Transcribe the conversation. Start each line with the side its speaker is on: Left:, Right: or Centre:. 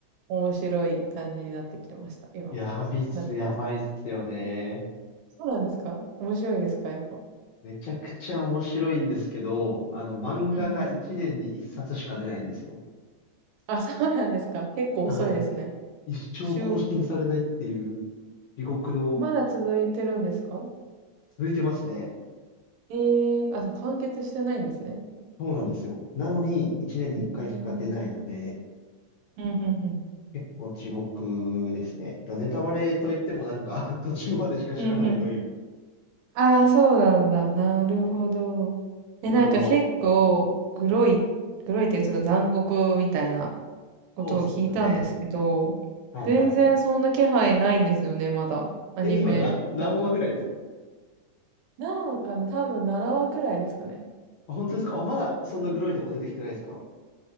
Right: 面白い感じになってきてました、今。
Left: やびっす、
Right: だって、
Left: やばいっすよね。
Right: そうなんですか面白いですかやっぱ。
Left: めちゃくちゃ面白いんですけど、あの、漫画が1年に1冊しか出ないんですよ。
Right: うんうん。あ、そうなんですか結構遅いですね。
Left: だから、一生更新されないっていう
Right: 週、
Left: 地獄の、
Right: まだ続いてるんですか
Left: 続いてますね。
Right: ええー、あ、じゃあ完結してないんですね。
Left: そうなんですよ。なのに、1年に1回しか出ないので、
Right: うん。うん、うん、うん。
Left: 結構地獄ですね。だネタバレといってもなんか <laughs> 途中までしか知らないという。
Right: うん、うん、ああ、そうなんだ。なるほど。え、
Left: 他の、
Right: なんか結構、グロい、グロいっていうちょっと残酷みたいなことを聞いたんですけど、
Left: そうっすね。はいはいはい。
Right: 全然そんな気配ないんですよね、まだ。アニメだと。
Left: え、今な、何話ぐらいですか
Right: 何話かな多分7話くらいですかね。
Left: あ、本当ですかあ、まだそんなグロいとこ出てきてないですか
Right: なな